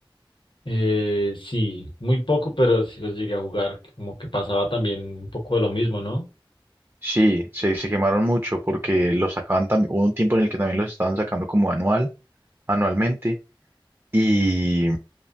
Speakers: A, on the left; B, on the right.
A: eh, sí, muy poco, pero sí los llegué a jugar, que como que pasaba también un poco de lo mismo, ¿no?
B: Sí, se, se quemaron mucho porque los sacaban también, hubo un tiempo en el que también los estaban sacando como anual, anualmente, y,